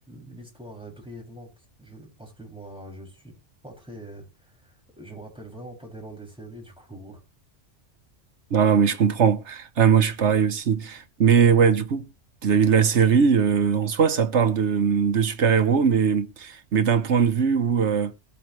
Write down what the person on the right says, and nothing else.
Non, mais je comprends. Ah, moi, je suis pareil aussi. Mais ouais, du coup, vis-à-vis de la série, euh, en soi, ça parle de de super-héros, mais mais d'un point de vue où euh,